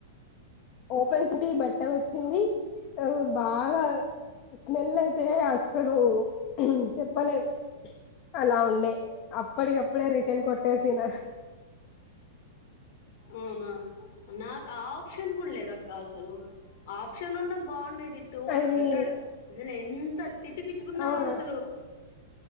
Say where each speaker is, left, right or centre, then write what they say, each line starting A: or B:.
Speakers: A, on the left; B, on the left.
A: ఓపెన్ సిటీ బట్ట వచ్చింది ఆ బాగా స్మెల్ అయితే అస్సలు చెప్పలేం అలా ఉండే అప్పటికప్పుడే రిటర్న్ కొట్టేసిన
B: అవునా నాకు ఆప్షన్ కూడా లేదు అక్క అసలు ఆప్షన్ ఉన్న బాగుండేది టువల్వ్
A: అది
B: హండ్రెడ్ అసలు ఎంత తిట్టి పిట్టించుకున్నానో
A: అవునా
B: అసలు